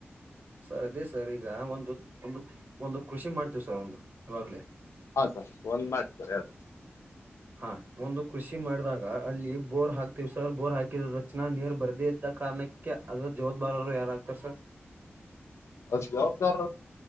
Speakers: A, on the right (about 45°); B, on the left (about 90°).
A: ಸರ್ ಅದೇ ಸರ್ ಈಗ ಒಂದು ಒಂದು ಒಂದು ಕೃಷಿ ಮಾಡ್ತೀವ ಸರ್ ಒಂದು ಇವಾಗ್ಲೇ
B: ಹಾ ಸರ್ ಒಂದ್ ಮಾಡ್ತಾರೆ ಅ
A: ಹಾ ಒಂದು ಕೃಷಿ ಮಾಡಿದಾಗ ಅಲ್ಲಿ ಬೋರ್ ಹಾಕ್ತೀವಿ ಸರ್ ಬೋರ್ ಹಾಕಿದ ತಕ್ಷಣ ನೀರ್ ಬರ್ದೇ ಇದ್ದ ಕಾರಣಕ್ಕೆ ಅದ್ರ ಜವಾಬಾರರು ಯಾರಾಗಗ್ತಾರ ಸರ್
B: ಅದ ಜವಾಬ್ದಾರ